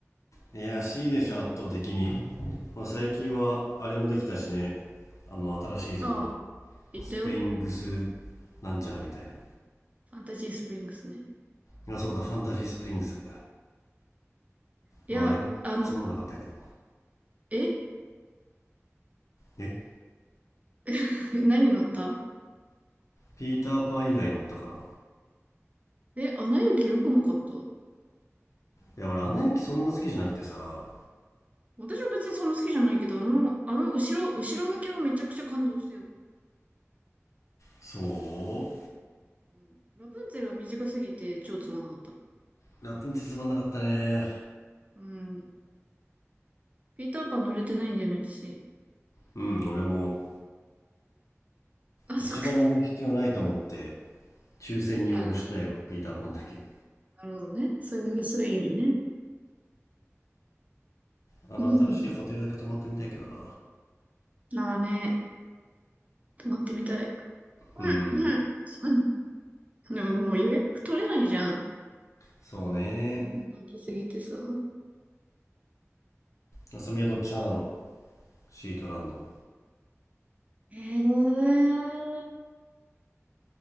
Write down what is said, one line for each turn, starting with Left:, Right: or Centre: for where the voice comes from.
Left: いや C でしょ圧倒的に、まあ、最近はあれもできたしねあの新しいゾーン
Right: ああ、行ったよ。
Left: スプリングスなんちゃらみたいない
Right: ファンタジースプリングスね。
Left: やそうだファンタジースプリングス
Right: いや、
Left: まああれはつまんなかったけど
Right: あの、え
Left: え
Right: <laughs> 何乗った
Left: ピーターパン以外乗ったかない
Right: え、アナ雪良くなかった
Left: や俺アナ雪そんな好きじゃなくてさ
Right: 私も別にそんな好きじゃないけど、あの、あの、後ろ、後ろ向きはめちゃくちゃ感動したよ。
Left: そ
Right: うん。ラプンツェルは短すぎて超つまんなかった。
Left: うラプンツェルつまんなかったね
Right: うん。ピーターパン乗れてないんだよね、私。
Left: うん俺も
Right: あ、
Left: 一番乗る必要ないと思って
Right: そっか。
Left: 抽選に応募してないわピーターパンだけ
Right: <laughs> あ、なるほどね。そういう、そういう意味ね。
Left: あの新しいホテルだけ泊まってみたいけどな
Right: うん。ああね、泊まってみたい。うん、
Left: うん
Right: うん。うんでももう予約取れないじゃん。
Left: そうね
Right: 人気すぎてさ。
Left: あさみはどっち派なのシートランド
Right: へえ。